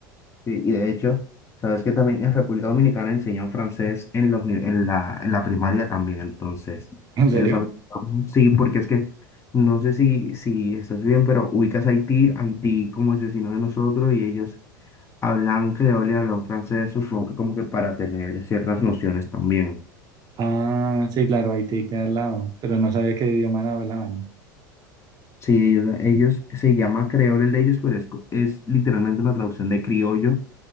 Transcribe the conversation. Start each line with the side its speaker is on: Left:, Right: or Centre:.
Left: Sí, y de hecho, sabes que también en República Dominicana enseñan francés en los, ni- en la, en la primaria también, entonces,
Right: <laughs> ¿En serio?
Left: eso también- sí, porque es que no sé si, si estás bien, pero ubicas Haití, Haití como es vecino de nosotros y ellos hablan creol y hablan francés, supongo que como que para tener ciertas nociones también.
Right: Ah, sí, claro, Haití queda al lado, pero no sabía qué idioma hablaban.
Left: Sí, ellos, ellos- se llama creol el de ellos, pero es, co- es literalmente una traducción de criollo